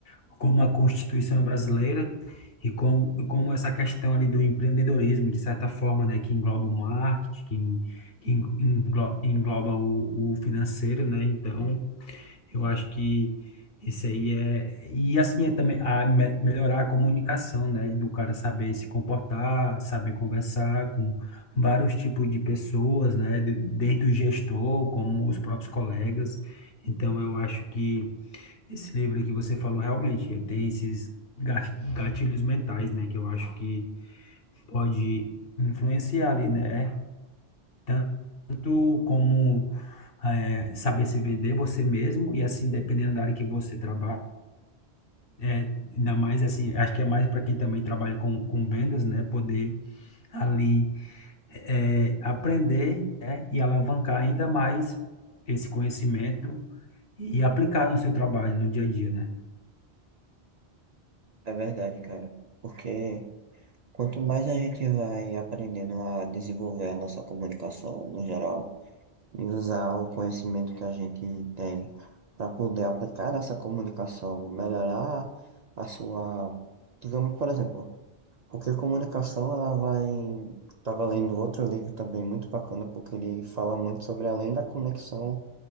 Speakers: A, on the left; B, on the right.
A: como a Constituição brasileira e como, e como essa questão ali do empreendedorismo, de certa forma, né, que engloba o marketing, que, en- que en- englo- engloba o, o financeiro, né? Então, eu acho que isso aí é... E assim, é também a me- melhorar a comunicação, né? Do cara saber se comportar, saber conversar com vários tipos de pessoas, né? de- Desde o gestor, como os próprios colegas. Então, eu acho que esse livro aí que você falou realmente tem esses ga- gatilhos mentais, né, que eu acho que pode influenciar ali, né? É Tanto como é, saber se vender você mesmo e assim dependendo da área que você trabalha, é, ainda mais assim, acho que é mais para quem também trabalha com, com vendas, né, poder ali é, aprender, né, e alavancar ainda mais esse conhecimento e aplicar no seu trabalho, no dia a dia, né?
B: É verdade, cara. Porque quanto mais a gente vai aprendendo a desenvolver a nossa comunicação no geral, e usar o conhecimento que a gente tem para poder aplicar nessa comunicação, melhorar a sua, digamos, por exemplo, porque comunicação ela vai. Estava lendo outro livro também muito bacana, porque ele fala muito sobre além da conexão